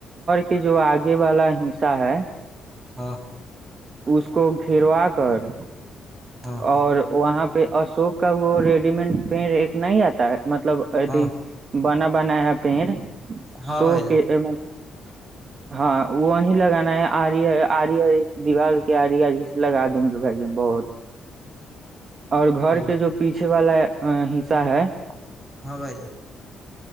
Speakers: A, on the right; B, on the right.
A: کہ جو آگے والا ہسہ ہے
B: ہاں
A: اس کو گروا کر
B: ہاں
A: اور وہاں پہ ا شوک کا وہ ریڈی میڈ پینیر ایک نہیں آتا ہے مطلب اد
B: ہاں
A: بنا بنایا پینٹ
B: ہاں
A: سو
B: بھائی جان
A: کہ <unintelligible> ہاں وہیں لگانا ہے آری ہے آری ہے دیوار کی آڑی آڑی لگا دیں گے بھائی جن بہت اور گھر
B: او
A: کے جو پیچھے والا ہے حصہ ہے <inaudible>
B: ہاں بھائی